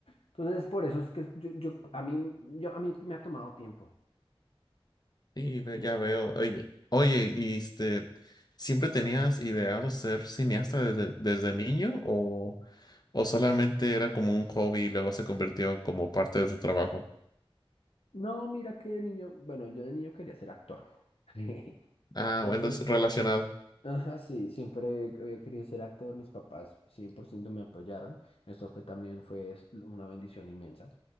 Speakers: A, on the left; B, on the left.
A: Entonces, por eso es que yo, yo, a mí, yo, a mí me ha tomado tiempo.
B: Sí, ve- ya veo. Oye, oye, y este, ¿siempre tenías ideado ser cineasta desde, desde niño o, o solamente era como un hobby y luego se convirtió como parte de tu trabajo?
A: No, mira que de niño, bueno, yo de niño quería ser actor. <laughs>
B: Ah,
A: Entonces,
B: bueno, es relacionado.
A: Ajá, sí, siempre había querido ser actor, mis papás 100% me apoyaron, eso fue también fue es- una bendición inmensa